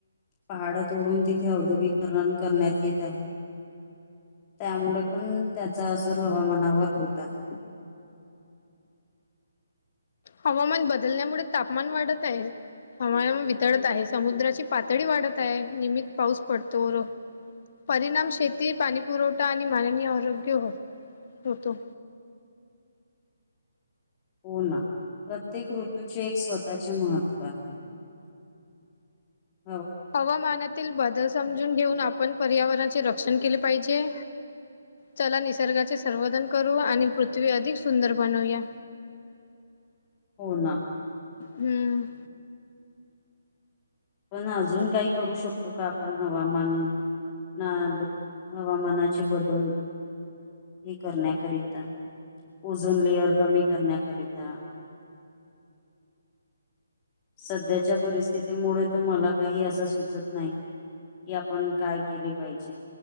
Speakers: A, on the left; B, on the left.
A: पहाड तोडून तिथे औद्योगिकण करण्यात येत आहे त्यामुळे पण त्याचा असर हवामानावर होत आहे
B: हवामान बदलण्यामुळे तापमान वाढत आहे हमा वितळत आहे समुद्राची पातळी वाढत आहे निहमीित पाऊस पडतो र परिणाम शेती पाणीपुरवठा आणि मालनी आरोग्य होतो.
A: हो ना प्रत्येक ऋतूचे एक स्वतःचे महत्त्व आहे <unintelligible>
B: हवामानातील बदल समजून घेऊन आपण पर्यावरणाचे रक्षण केले पाहिजे चला निसर्गाचे संर्वधन करू आणि पृथ्वी अधिक सुंदर बनवूया
A: <unintelligible> ना
B: हम्म
A: पण अजून काही करू शकतो का आपण हवामान ना हवामानाचे बदल हे करण्याकरिता उजून लेअर कमी करण्याकरिता सध्याच्या परिस्थितीमुळे तर मला काही असं सुचत नाही कि आपण काय केले पाहिजे